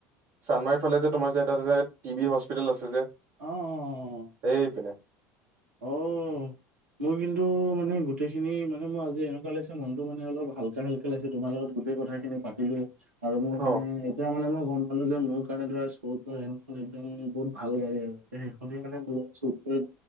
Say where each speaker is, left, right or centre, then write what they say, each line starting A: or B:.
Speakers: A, on the right (about 45°); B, on the right (about 70°).
A: চানমাৰীৰ ফালে থকা টি বি হস্পিতালত আছে যে।
B: অ', অ' অ'।
A: সেই পিনে।
B: অ'। মোৰ কিন্তু মানে গোটেই খিনি মানে আজি এনেকুৱা লাগিছে মনটো মানে অলপ ভাল। মোৰ এনেকুৱা লাগিছে তোমাৰ লগত গোটেই কথাখিনি পাতিলোৱে আৰু নো
A: অ
B: মানে এতিয়া মানে মই গ'ম পালো যে মোৰ কাৰণে স্কপিঅ' এনখন একদম বহুত ভাল গাড়ী আৰু এয়ে বডি মানে বহুত চুট কৰিব